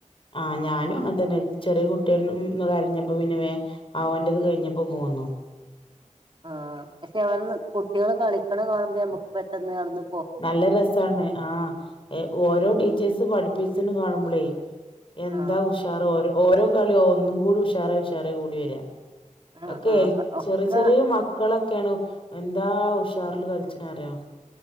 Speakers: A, on the left (about 45°); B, on the right (about 40°).
A: ആഹ് ഞാനുംഅങ്ങതെന്നെ ചെറിയ കുട്ടിര്ന്ന് ഉം കരഞ്ഞപ്പോ പിന്നേ വേ ആഹ് ഓന്റേത് കയ്ഞ്ഞപ്പോപോന്നു.
B: ആഹ് പക്ഷെ കുട്ടികള് കളിക്ക്ണ കാണുമ്പോ ഞമ്മക്ക് പെട്ടെന്ന് അവ്ട്ന്ന്
A: ന്നല്ലെ രെസാണ് ആഹ് ഓരോ ടീച്ചേഴ്സ് പഠിപ്പിച്ച്ണേ കാണുമ്പളേ എന്താഉഷാർ
B: ആ
A: ഓര് ഓരോകളിയുംഒന്നും കൂടി ഉഷാറായി, ഉഷാറേകൂടിവെരാ.
B: ആ
A: ഒക്കെ
B: ആ ഒക്കെ
A: ചെറിയചെറിയ മക്കളൊക്കെണ് എന്താഉഷാറല് കൾച്ച്ണെറിയോ.